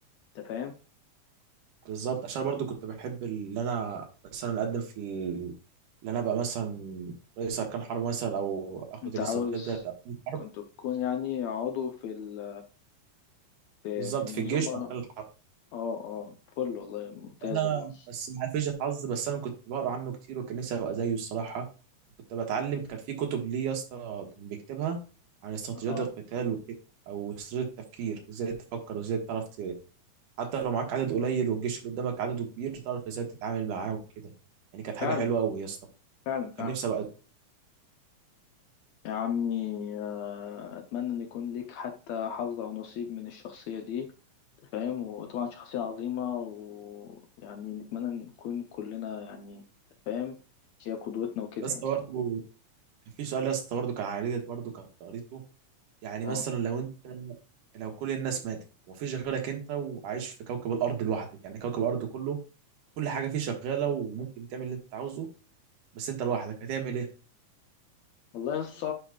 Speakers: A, on the left; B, on the right.
A: أنت فاهم
B: بالظبط عشان أنا برضو كنت بحب اللي انا مثلا اقدم في ال- اللي انا ابقى مثلا رئيس اركان حرب مثلا او اخد
A: أنت
B: الاستطلاعات
A: عاوز
B: بتاعت اركان الحرب
A: كنت تكون يعني عضو في ال... في
B: بالظبط
A: في المنظومة
B: في الجيش واركان الحرب
A: اه اه فل والله ممتاز
B: انا
A: والله
B: بس ما فيش الحظ بس انا كنت بقرا عنه كتير وكان نفسي ابقى زيه الصراحه كنت بتعلم كان في كتب ليه يا اسطى كان بيكتبها عن استراتيجيات
A: اه
B: القتال وكده او استراتيجيه التفكير ازاي تفكر وازاي تعرف ت- حتى لو معاك عدد قليل والجيش اللي قدامك عدده كبير تعرف ازاي تتعامل معاه وكده يعني كانت حاجه
A: فعلا
B: حلوه قوي يا اسطى
A: فعلا
B: كان
A: فعلا
B: نفسي ابقى
A: يا عمي آه، أتمنى إن يكون ليك حتى حظ أو نصيب من الشخصية دي فاهم وطبعا شخصية عظيمة ويعني نتمنى نكون كلنا يعني فاهم هي قدوتنا وكده
B: يا اسطى
A: يعني
B: برضه كان في سؤال يا اسطى برضه كان عريضة برضه كنت قريته يعني
A: اه
B: مثلا لو انت لو كل الناس ماتت ومفيش غيرك انت وعايش في كوكب الارض لوحدك يعني كوكب الارض كله كل حاجه فيه شغاله وممكن تعمل اللي انت عاوزه بس انت لوحدك هتعمل ايه؟
A: والله لسه